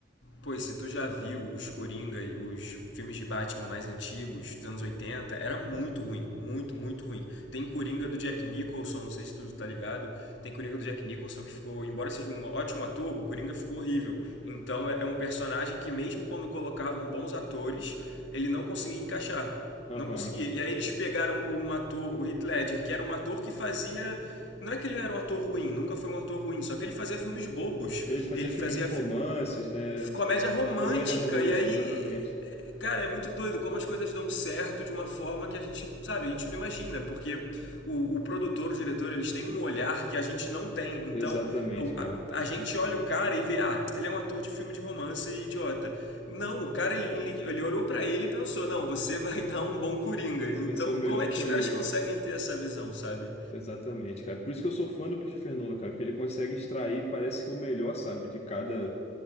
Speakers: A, on the left (about 75°); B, on the left (about 35°).
A: pois se tu já viu os Coringa, os filmes de Batman mais antigos, dos anos 80, era muito ruim. Muito, muito ruim. Tem Coringa do Jack Nicholson, não sei se tu tá ligado. Tem Coringa do Jack Nicholson que ficou, embora seja um ótimo ator, o Coringa ficou horrível. Então é é um personagem que, mesmo quando colocavam bons atores, ele não conseguia encaixar.
B: Aham.
A: Não conseguia. E aí eles pegaram um ator, o Heath Ledger, que era um ator que fazia não é que ele era um ator ruim, nunca foi um ator ruim, só que ele fazia filmes bobos.
B: Ele fazia
A: Ele
B: filmes
A: fazia
B: de romances,
A: fi-
B: né?
A: comédia romântica.
B: Comédia romântica,
A: E aí,
B: exatamente.
A: cara, é muito doido como as coisas dão certo de uma forma que a gente, sabe, a gente não imagina. Porque o, o produtor, o diretor, eles têm um olhar que a gente não tem. Então,
B: Exatamente, cara.
A: a, a gente olha o cara e vê, ah, ele é um ator de filme de romance idiota. Não, o cara, ele, ele, olhou pra ele e pensou, não, você vai <laughs> dar um bom Coringa.
B: Você
A: Então,
B: vai ser o melhor
A: como é que
B: Coringa.
A: os caras conseguem ter essa visão, sabe?
B: Exatamente, cara. Por isso que eu sou fã do Christopher Nolan, cara, porque ele consegue extrair, parece que o melhor, sabe, de cada